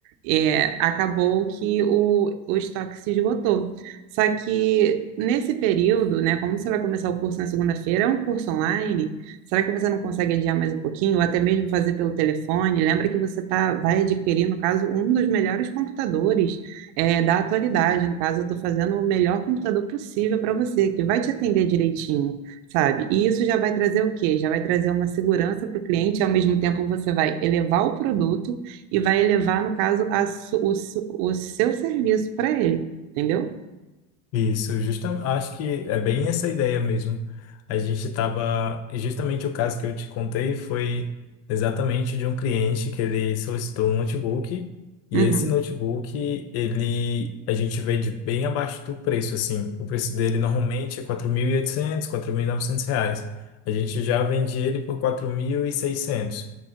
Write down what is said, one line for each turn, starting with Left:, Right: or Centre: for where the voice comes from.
Right: é, acabou que o, o estoque se esgotou. Só que nesse período, né, como você vai começar o curso na segunda-feira, é um curso online, será que você não consegue adiar mais um pouquinho, ou até mesmo fazer pelo telefone? Lembra que você tá, vai adquirir, no caso, um dos melhores computadores é, da atualidade. No caso, eu estou fazendo o melhor computador possível para você, que vai te atender direitinho, sabe? E isso já vai trazer o quê? Já vai trazer uma segurança para o cliente, ao mesmo tempo você vai elevar o produto e vai elevar, no caso, a su- o, su- o seu serviço para ele, entendeu?
Left: Isso, justamente, acho que é bem essa ideia mesmo. A gente tava, e justamente o caso que eu te contei foi exatamente de um cliente que ele solicitou um notebook e
Right: Uhum.
Left: esse notebook, ele a gente vende bem abaixo do preço assim. O preço dele normalmente é 4.800, novecentos reais. A gente já vende ele por quatro mil e seiscentos